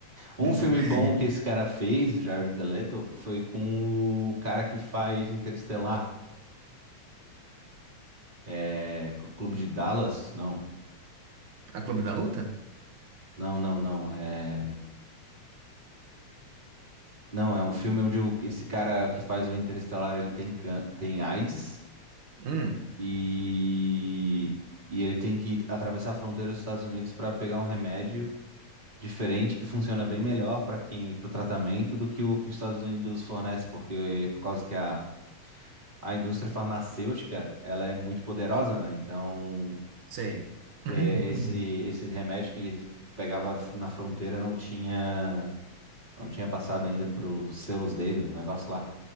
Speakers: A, on the right; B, on the right.
A: Um
B: Então,
A: filme
B: <laughs>
A: bom que esse cara fez, Jared Leto, foi com o cara que faz Interestelar. É. Cl- Clube de Dallas? Não.
B: a Clube da Luta?
A: Não, não, não. É. Não, é um filme onde o- esse cara que faz o Interestelar, ele tem, can... tem AIDS
B: Hum,
A: e. E ele tem que atravessar a fronteira dos Estados Unidos pra pegar um remédio. diferente que funciona bem melhor para quem para o tratamento do que o que os Estados Unidos fornece, porque por causa que a, a indústria farmacêutica ela é muito poderosa, né? Então
B: sei. <laughs>
A: é, esse
B: <clears throat>
A: esse remédio que eles pegava f- na fronteira não tinha não tinha passado ainda para os selos dele, o negócio lá.